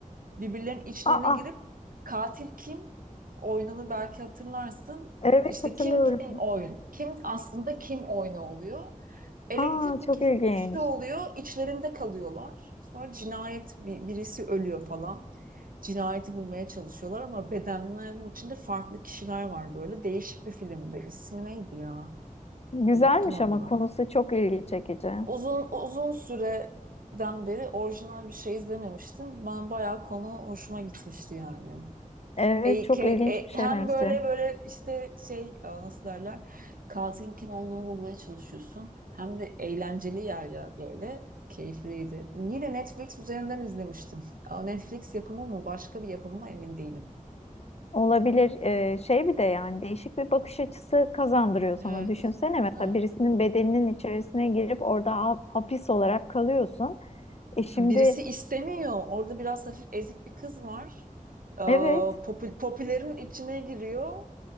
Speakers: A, on the right; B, on the left.
A: Birbirlerinin içlerine
B: Aa,
A: girip katil kim oyununu belki hatırlarsın.
B: evet
A: İşte
B: hatırlıyorum.
A: kim kim oyun. Kim aslında kim oyunu oluyor. Elektrik
B: Aa,
A: mi
B: çok
A: kesiliyor
B: ilginç.
A: bir şey oluyor. İçlerinde kalıyorlar. Sonra cinayet bir- birisi ölüyor falan. Cinayeti bulmaya çalışıyorlar ama bedenlerin içinde farklı kişiler var böyle. Değişik bir filmdi. İsmi neydi ya?
B: Güzelmiş
A: Unuttum adını.
B: ama konusu çok ilgi çekici.
A: Uzun uzun süreden beri orijinal bir şey izlememiştim. Ben bayağı konu hoşuma gitmişti yani.
B: Evet,
A: E,
B: çok
A: ke-
B: ilginç
A: e,
B: bir
A: hem
B: şey benziyor.
A: böyle böyle işte şey a, nasıl derler katilin kim olduğunu bulmaya çalışıyorsun. Hem de eğlenceli yerler böyle. Keyifliydi. Yine Netflix üzerinden izlemiştim. Aa, Netflix yapımı mı başka bir yapımı mı emin değilim.
B: Olabilir. Ee, şey bir de yani değişik bir bakış açısı kazandırıyor sana.
A: Evet.
B: Düşünsene mesela
A: Evet.
B: birisinin bedeninin içerisine girip orada ha- hapis olarak kalıyorsun. E şimdi
A: Birisi istemiyor. Orada biraz hafif ezik bir kız var. Ee,
B: evet
A: popü- popülerin içine giriyor.